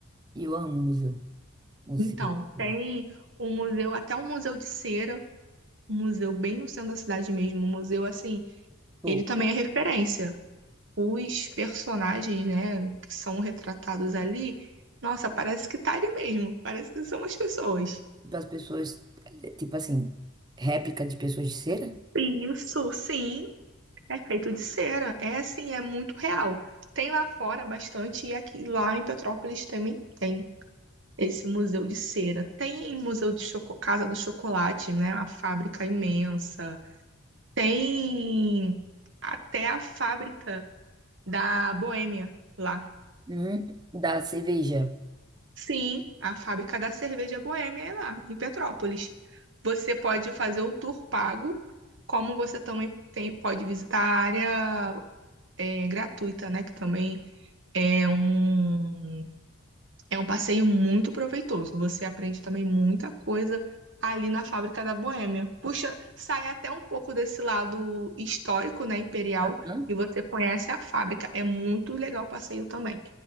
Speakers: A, on the right; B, on the right.
A: eu amo museu, museu.
B: Então,
A: né?
B: tem um museu, até um museu de cera, um museu bem no centro da cidade mesmo. Um museu assim,
A: Pô,
B: ele também é referência. Os personagens, né, que são retratados ali, nossa, parece que tá ali mesmo. Parece que são as pessoas.
A: das pessoas, é, tipo assim, réplica de pessoas de cera.
B: Isso, sim. É feito de cera. É assim, é muito real. Tem lá fora bastante, e aqui lá em Petrópolis também tem esse museu de cera. Tem museu de choco, Casa do Chocolate, né? A fábrica imensa. Tem até a fábrica da Boêmia lá.
A: Hum, da cerveja.
B: Sim, a fábrica da cerveja Boêmia é lá, em Petrópolis. Você pode fazer o tour pago, como você também tem- pode visitar a área é, gratuita, né? Que também É um, é um passeio muito proveitoso. Você aprende também muita coisa ali na fábrica da Boêmia. Puxa, sai até um pouco desse lado histórico, né, imperial,
A: Hum?
B: e você conhece a fábrica. É muito legal o passeio também.